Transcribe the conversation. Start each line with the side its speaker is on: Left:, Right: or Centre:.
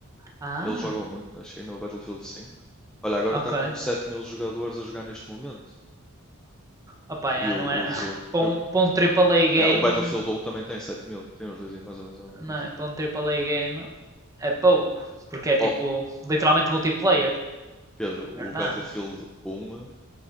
Right: Ah,
Centre: Eles jogam muito na China, o Battlefield 5. Olha, agora
Right: ok.
Centre: está com 7 mil jogadores a jogar neste momento.
Right: Opa, yeah,
Centre: E
Right: não
Centre: o,
Right: é...
Centre: o jogo.
Right: <laughs> para,
Centre: eu-
Right: um, para um AAA game,
Centre: yeah, o Battlefield 1 também tem 7 mil. Tem os dois em mais ou menos a mesma
Right: não
Centre: coisa.
Right: é? para um triple A game é pouco, porque é tipo
Centre: Oh,
Right: literalmente multiplayer,
Centre: Pedro, o
Right: é verdade.
Centre: Battlefield 1